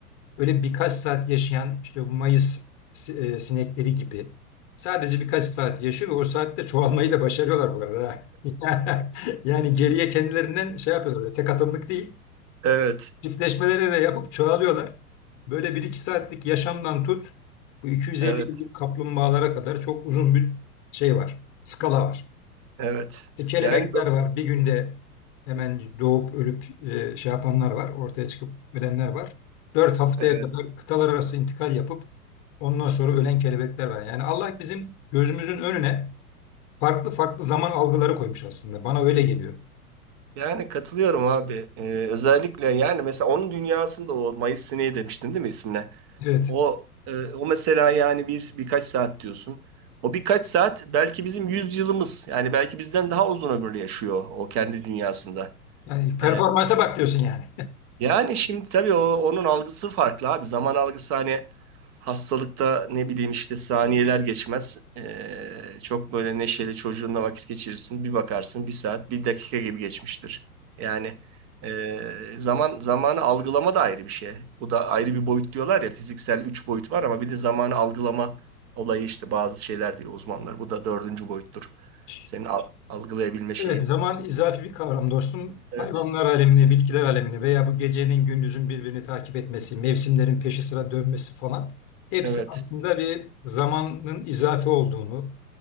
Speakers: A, on the left; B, on the right.
A: öyle birkaç saat yaşayan işte bu Mayıs si- e, sinekleri gibi sadece birkaç saat yaşıyor ve o saatte çoğalmayı da başarıyorlar bu arada. ha. <laughs> Yani geriye kendilerinden şey yapıyorlar öyle tek atımlık değil.
B: evet.
A: Çiftleşmeleri de yapıp çoğalıyorlar. Böyle bir iki saatlik yaşamdan tut bu 250
B: Evet.
A: yıllık kaplumbağalara kadar çok uzun bir şey var. Skala var.
B: Evet.
A: İşte kelebekler
B: Yani dost-
A: var. Bir günde hemen doğup ölüp e, şey yapanlar var. Ortaya çıkıp ölenler var. 4 haftaya
B: evet.
A: kadar kıtalar arası intikal yapıp ondan sonra ölen kelebekler var. Yani Allah bizim gözümüzün önüne farklı farklı zaman algıları koymuş aslında. Bana öyle geliyor.
B: Yani katılıyorum abi. E, özellikle yani mesela onun dünyasında o Mayıs sineği demiştin değil mi ismine?
A: Evet.
B: O e, o mesela yani bir birkaç saat diyorsun. O birkaç saat belki bizim yüz yılımız Yani belki bizden daha uzun ömürlü yaşıyor o kendi dünyasında.
A: Yani performansa
B: E,
A: bak diyorsun yani.
B: yani şimdi tabii o, onun algısı farklı abi. Zaman algısı hani hastalıkta ne bileyim işte saniyeler geçmez. Ee, çok böyle neşeli çocuğunla vakit geçirirsin. Bir bakarsın bir saat bir dakika gibi geçmiştir. Yani ee, zaman zamanı algılama da ayrı bir şey. Bu da ayrı bir boyut diyorlar ya fiziksel üç boyut var ama bir de zamanı algılama olayı işte bazı şeyler diyor uzmanlar. Bu da dördüncü boyuttur.
A: <laughs>
B: Senin al- algılayabilme şeyin.
A: Evet, zaman izafi bir kavram dostum. Hayvanlar
B: Evet.
A: alemine, bitkiler alemine veya bu gecenin gündüzün birbirini takip etmesi, mevsimlerin peşi sıra dönmesi falan hepsi
B: Evet.
A: aslında bir zamanın izafi olduğunu,